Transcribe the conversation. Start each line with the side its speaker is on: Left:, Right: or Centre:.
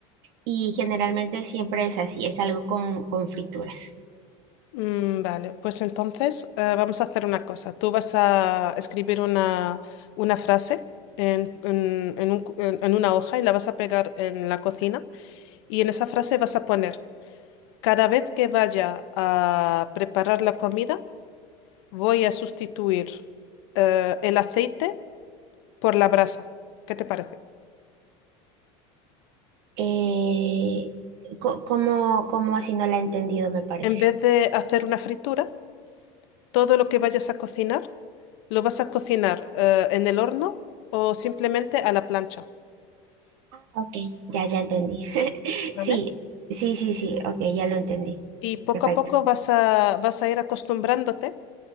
Right: Y generalmente siempre es así, es algo con, con frituras.
Left: Mm, Vale, pues entonces eh, vamos a hacer una cosa. Tú vas a escribir una, una frase en, en- en un cu- en- en una hoja y la vas a pegar en la cocina y en esa frase vas a poner, cada vez que vaya a preparar la comida, voy a sustituir eh, el aceite por la brasa. ¿Qué te parece?
Right: Eh, co- ¿cómo, cómo así no la he entendido, me parece?
Left: En vez de hacer una fritura, todo lo que vayas a cocinar, lo vas a cocinar eh, en el horno o simplemente a la plancha.
Right: Ok. Ya, ya entendí. <laughs>
Left: ¿Vale?
Right: Sí, sí, sí, sí, ok, ya lo entendí.
Left: Y poco
Right: Perfecto.
Left: a poco vas a, vas a ir acostumbrándote